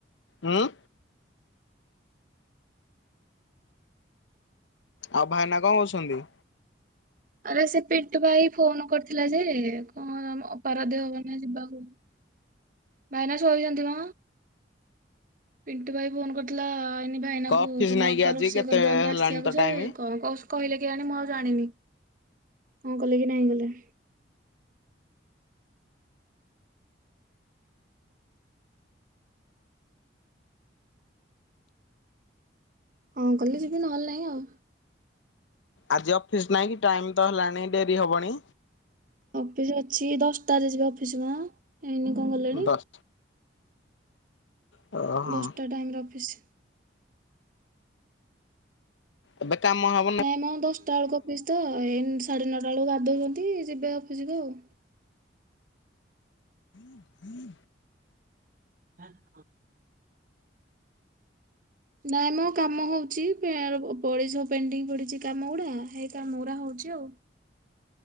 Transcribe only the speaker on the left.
ଉଁ? ଆଉ ଭାଇନା କଁ କରୁଛନ୍ତି?
କ ଅଫିସ
ନାଇଁ କି
ଆଜି
କେତେ
ହେଲାଣି
ତ
ଟାଇମ?
ଆଜି ଅଫିସ୍ ନାଇଁ କି ଟାଇମ୍ ତ ହେଲାଣି ଡେରି ହବଣି?
ଦଶ ଓହଁ।
ଏବେ କାମ ହ
ହୁଁ